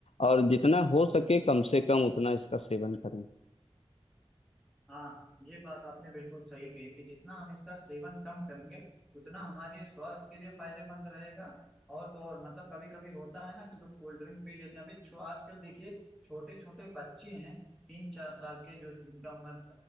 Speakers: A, on the left (about 85°); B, in the centre.
A: और जितना हो सके कम से कम उतना इसका सेवन करें
B: हाँ ये बात आपने बिल्कुल सही कही कि जितना हम इसका सेवन कम करेंगे उतना हमारे स्वास्थ्य के लिए फायदेमंद रहेगा और तो और मतलब कभी कभी होता है ना कि जो कोल्ड ड्रिंक पी लेते हैं अभी छो आजकल देखिए छोटे छोटे बच्चे हैं तीन चार साल के जो जिनका उम्र